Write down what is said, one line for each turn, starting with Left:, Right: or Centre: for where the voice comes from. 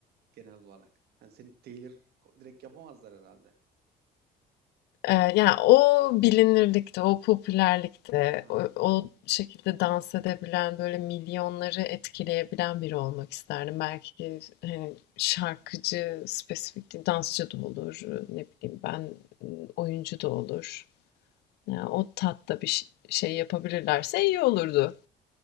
Right: genel olarak? Yani seni Taylor direkt yapamazlar herhalde.
Left: E, yani o bilinirlikte, o popülerlikte,
Right: Ha.
Left: o, o şekilde dans edebilen, böyle milyonları etkileyebilen biri olmak isterdim. Belki hani, şarkıcı, spesifik değil, dansçı da olur. Ne bileyim ben oyuncu da olur. Ya, o tatta bir şey yapabilirlerse iyi olurdu.